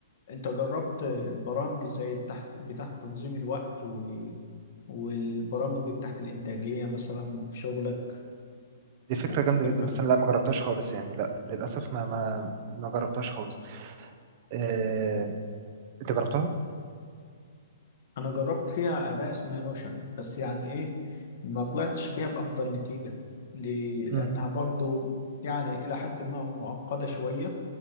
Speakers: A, on the left; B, on the right.
A: انت جربت البرامج ازاي بتاعت بتاعت تنظيم الوقت و والبرامج بتاعت الإنتاجية مثلا في شغلك
B: دي فكرة
A: وفي
B: جامدة
A: برنامج
B: جدا بس انا لا ما جربتهاش خالص يعني لا للاسف ما ما ما جربتهاش خالص آه... انت جربتها؟
A: انا جربت فيها اداة اسمها نوشن بس يعني ايه ما طلعتش بيها بافضل نتيجة ل-
B: امم
A: لانها برضو يعني الى حد ما معقدة شوية